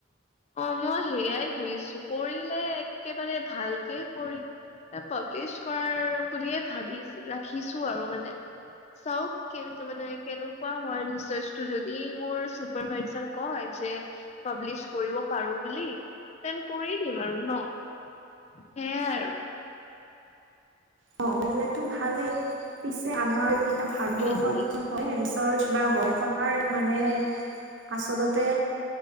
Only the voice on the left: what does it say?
অ', মই সেইয়াই ভাবিছো কৰিলে একেবাৰে ভালকে কৰিম। পাব্লিছ কৰাৰ বুলিয়ে ভাবি ৰাখিছো আৰু মানে। চাওক কেনে মানে কেনেকুৱা হয় ৰিচাৰটো যদি মোৰ চুপাৰভাইজাৰ কয় যে পাব্লিছ কৰিব পাৰো বুলি তেন কৰি দিম আৰু ন', সেইয়াই আৰু।
উম
উম উম